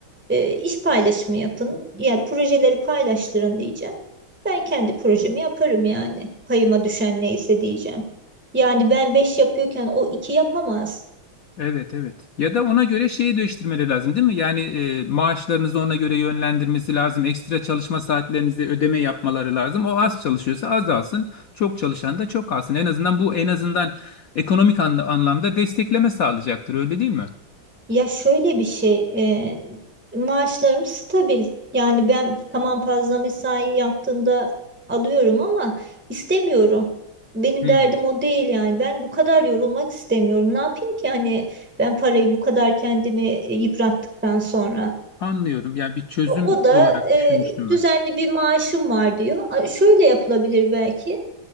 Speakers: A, in the centre; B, on the left (about 80°).
A: E, iş paylaşımı yapın. Yani projeleri paylaştırın diyeceğim. Ben kendi projemi yaparım yani. Payıma düşen neyse diyeceğim. Yani ben 5 yapıyorken o 2 yapamaz.
B: Evet evet. Ya da ona göre şeyi değiştirmeleri lazım değil mi? Yani e, maaşlarınızı ona göre yönlendirmesi lazım. Ekstra çalışma saatlerinizi ödeme yapmaları lazım. O az çalışıyorsa az alsın. Çok çalışan da çok alsın. En azından bu en azından ekonomik anla- anlamda destekleme sağlayacaktır öyle değil mi?
A: Ya şöyle bir şey, e, maaşlarım stabil. Yani ben tamam fazla mesai yaptığımda alıyorum ama istemiyorum. Benim
B: Hı,
A: derdim o değil yani. Ben bu kadar yorulmak istemiyorum. Ne yapayım ki hani ben parayı bu kadar kendimi yıprattıktan sonra.
B: anlıyorum. Yani bir çözüm
A: O o da
B: olarak
A: e,
B: düşünmüştüm
A: düzenli
B: ben.
A: bir maaşım var diyor. A, Şöyle yapılabilir belki.